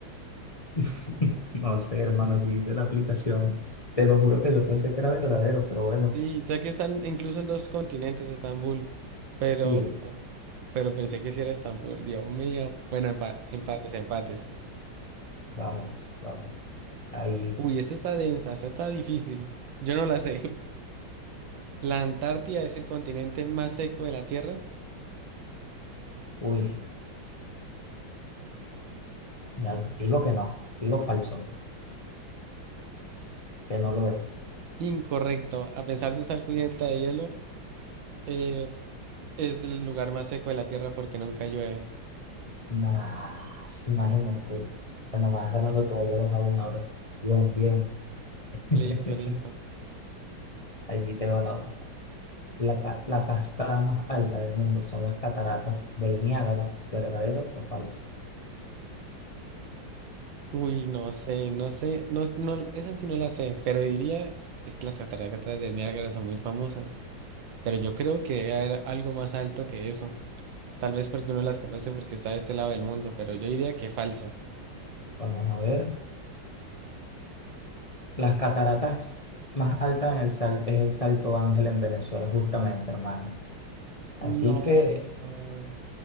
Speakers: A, on the left; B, on the right.
A: <laughs> No sé, hermano, si dice la aplicación. Te lo juro que yo pensé que era verdadero, pero bueno,
B: Sí, sé que están incluso en dos continentes Estambul, pero,
A: sí.
B: pero pensé que sí era Estambul, Dios mío. Bueno, empa- empates, empates.
A: Vamos, vamos. Ahí,
B: Uy, esta está densa, esta está difícil. Yo no la sé. <laughs> ¿La Antártida es el continente más seco de la Tierra?
A: uy, ya digo que no, digo falso, que no lo es.
B: Incorrecto. A pesar de estar cubierta de hielo, eh, Es el lugar más seco de la Tierra porque nunca llueve.
A: Nah, sí, imagínate. Bueno, vas ganando todavía vas a una ahora. Bien, bien. <laughs>
B: Listo, listo.
A: Allí te va la, otra. la, ca- la cascada más alta del mundo, son las cataratas del Niágara, ¿verdadero o falso?
B: Uy, no sé, no sé, no, no, esa sí no la sé, pero diría, es que las cataratas de Niágara son muy famosas, pero yo creo que debe haber algo más alto que eso. Tal vez porque uno las conoce porque está de este lado del mundo, pero yo diría que falso.
A: Vamos a ver. Las cataratas más altas en el sal- es el Salto Ángel en Venezuela, justamente, hermano. Así
B: No,
A: que,
B: no.